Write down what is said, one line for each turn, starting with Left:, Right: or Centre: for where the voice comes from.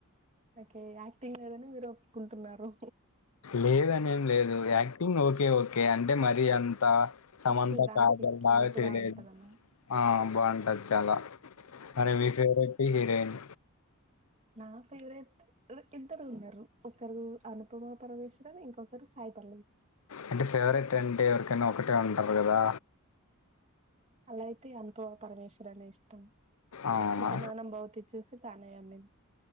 Right: ఓకే యాక్టింగ్ లేదని మీరు ఒప్పుకుంటున్నారు
Left: లేదనేం లేదు యాక్టింగ్ ఓకే ఓకే అంటే మరి అం త సమంత
Right: చూడ్డానికి
Left: కాజల్
Right: క్యూట్
Left: లాగా చేయలేదు
Right: గా ఉంటదనా
Left: ఆ బాగుంటది చాలా అరే మీ ఫెవరెట్ హీరోయిన్
Right: నా ఫేవరెట్ ఇద్దరు ఉన్నారు ఒకరు అనుపమా పరమేశ్వరన్ ఇంకొకరు సాయిపల్లవి
Left: అంటే ఫేవరెట్ అంటే ఎవరికైనా ఒకటే ఉంటారు కదా
Right: అలా అయితే అనుపమా పరమేశ్వరానే ఇష్టం
Left: అవునా
Right: శతమానంబవతి చూసి తనే అన్నీ